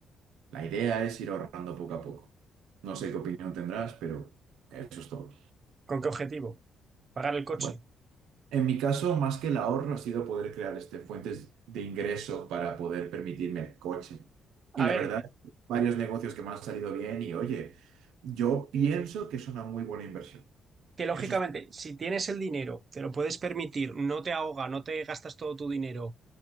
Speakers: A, on the right; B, on the right.
A: La idea es ir ahorrando poco a poco. No sé qué opinión tendrás, pero eso es todo.
B: ¿Con qué objetivo? Pagar el coche.
A: Bueno, en mi caso, más que el ahorro, ha sido poder crear este, fuentes de ingreso para poder permitirme el coche.
B: A
A: Y la
B: ver,
A: verdad, varios negocios que me han salido bien y oye, yo pienso que es una muy buena inversión.
B: que lógicamente,
A: Eso es-
B: si tienes el dinero, te lo puedes permitir, no te ahoga, no te gastas todo tu dinero